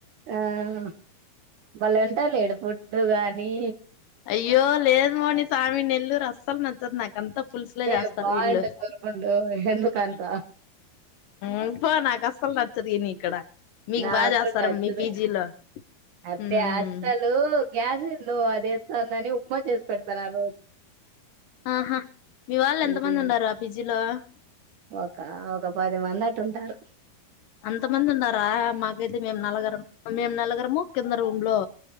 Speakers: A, on the right; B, on the left.
A: ఆహ్మ్ మాళ్ళ ఎల్తాలేడు ఫుడ్డు అని
B: అయ్యో లేదు మోనిసామి నెల్లూరు అస్సలు నచ్చదు. నాకంతా పులుసులే
A: ఏ
B: చేస్తారు.
A: బాగుంటది
B: వీళ్ళు
A: కోరుకుండు ఎందుకంత
B: ఉమ్ పో నాకు అస్సలు నచ్చదు. ఈ నీ ఇక్కడ మీకు
A: నాకు
B: బా జేస్తారు
A: నచ్చదు
B: మీ పీజీలో
A: అబ్బే
B: ఉమ్
A: అస్సలు గ్యాస్ ఏందో అది తం దాని ఉప్మా చేసి పెడతారు ఆ రోజు
B: ఆహా మీ వాళ్ళు ఎంత
A: ఉమ్,
B: మంది ఉండారా ఆ పిజ్జిలో <unintelligible>
A: ఒక ఒక పది మంది అటు ఉంటారు.
B: అంతమంది ఉండరా మాకైతే మేము నలగరం మేము నలగరము కింద రూమ్ లో